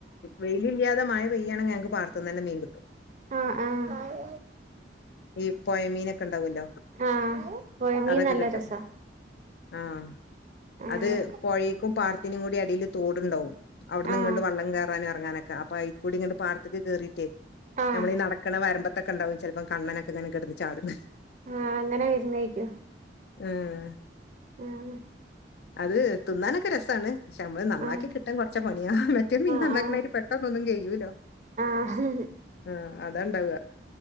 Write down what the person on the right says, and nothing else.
ആഹ് ആഹ്
ആഹ് പൊയ മീൻ
നല്ല
രസാ
ആഹ്
ആഹ്
ആഹ്
ആഹ് അങ്ങനെ വരുന്നേക്കും
ആഹ്
ആഹ്
ആഹ്
ആഹ് ഹ്